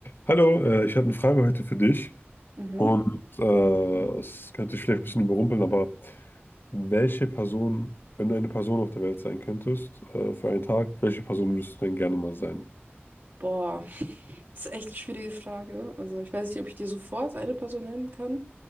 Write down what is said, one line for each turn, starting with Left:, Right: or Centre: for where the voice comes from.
Left: Hallo, äh, ich habe eine Frage heute für dich
Right: Mhm.
Left: und äh, es könnte dich vielleicht ein bisschen überrumpeln, aber welche Person, wenn du eine Person auf der Welt sein könntest, äh, für einen Tag, welche Person würdest du denn gerne mal sein?
Right: Boah, das ist echt eine schwierige Frage. Also ich weiß nicht, ob ich dir sofort eine Person nennen kann,